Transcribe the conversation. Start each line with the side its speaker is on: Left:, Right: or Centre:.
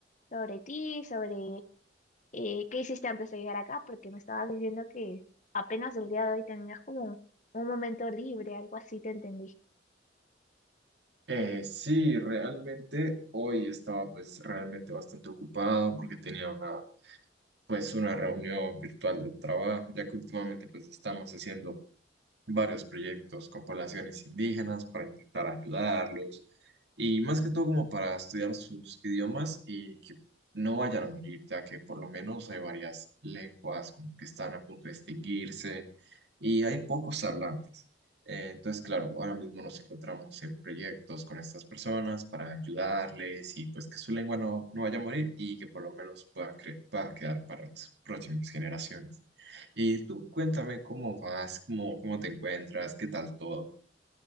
Left: sobre ti, sobre eh, qué hiciste antes de llegar acá, porque me estabas diciendo que apenas el día de hoy tenías como un momento libre, algo así te entendí.
Right: Eh, sí, realmente hoy estaba pues realmente bastante ocupado porque tenía una pues una reunión virtual de trabajo, ya que últimamente pues estamos haciendo varios proyectos con poblaciones indígenas para intentar ayudarlos y más que todo como para estudiar sus idiomas y que no vayan a morir, ya que por lo menos hay varias lenguas como que están a punto de extinguirse y hay pocos hablantes. Eh, Entonces, claro, ahora mismo nos encontramos en proyectos con estas personas para ayudarles y pues que su lengua no, no vaya a morir y que por lo menos pueda, cre- pueda quedar para las próximas generaciones. Y tú cuéntame cómo vas, cómo, cómo te encuentras, qué tal todo.